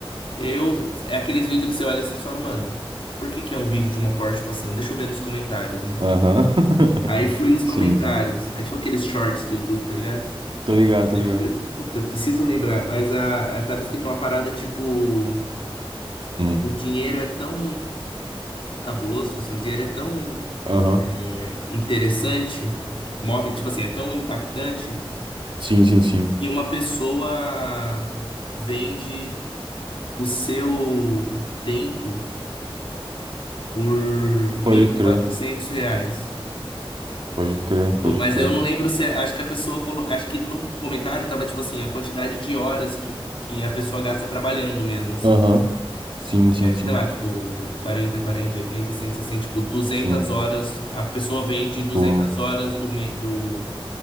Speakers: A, on the left; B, on the right.
A: E aí eu, é aqueles vídeos que você olha e você fala, mano, por que que é um vídeo de uma Porsche passando? Deixa eu ver nos comentários, né?
B: Aham. <laughs>
A: Aí fui nos comentários.
B: Sim, sim.
A: É tipo aqueles shorts do YouTube, tá ligado?
B: Tô ligado, tô
A: Aí
B: ligado.
A: fui- Puta, eu preciso lembrar, mas a, a- tava escrito uma parada tipo.
B: Hum,
A: o dinheiro é tão cabuloso, tipo assim, o dinheiro é tão
B: aham.
A: é, interessante, move, tipo assim, é tão impactante,
B: Sim, sim, sim.
A: que uma pessoa vende o seu tempo por mil
B: Pode
A: e
B: crer,
A: quatrocentos reais.
B: pode crer,
A: Tipo,
B: pode
A: mas
B: crer.
A: eu não lembro se, é, acho que a pessoa, colo- acho que no comentário tava, tipo assim, a quantidade de horas que, que a pessoa gasta trabalhando mesmo, assim.
B: Aham. Sim, sim, sim.
A: sei lá, tipo, 40, 40, 80, sessenta tipo, duzentas
B: Sim.
A: horas, a pessoa vende duzentas
B: Pô,
A: horas do, me- do